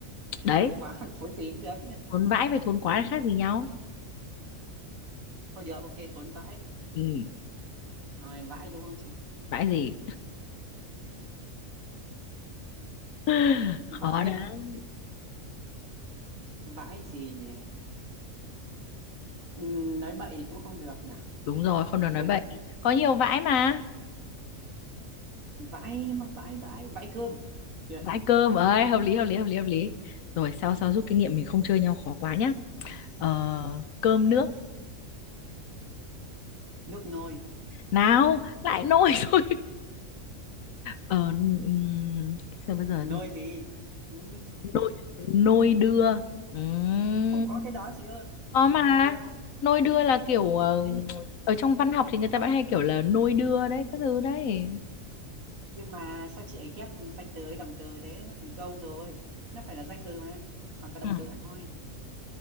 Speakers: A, on the left; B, on the right.
A: đấy
B: thốn quá hoặc thốn gì cũng được
A: thốn vãi với thốn quá là khác gì nhau
B: thôi được ok thốn vãi
A: ừ,
B: rồi vãi đúng không chị
A: vãi gì <sighs> <laughs> khó
B: vãi
A: đấy
B: vãi gì nhỉ Ừ, nói bậy thì cũng không được nhỉ
A: đúng rồi không được nói
B: thôi
A: bậy
B: được.
A: có nhiều vãi mà
B: vãi nhưng mà vãi vãi vãi cơm chưa
A: Vãi
B: chị?
A: cơm ấy hợp lý hợp lý hợp lý hợp lý rồi sao sao rút kinh nghiệm mình không chơi nhau khó quá nhá ờ, cơm nước
B: nước nôi
A: nào lại nôi <laughs> rồi ờ, ừm, sao bây giờ
B: nôi
A: gì
B: gì Ừ,
A: nôi nôi đưa Ừm,
B: không có cái đó chị ơi
A: có mà
B: nôi đưa
A: nôi đưa là kiểu ờ,
B: nhưng, nhị-
A: ở trong văn học thì người ta vẫn hay kiểu là nôi đưa đấy các thứ đấy
B: nhưng mà sao chị ấy ghép danh từ với động từ thế nó thành câu rồi nó phải là danh từ mà hoặc là động
A: ừ.
B: từ hẳn hoi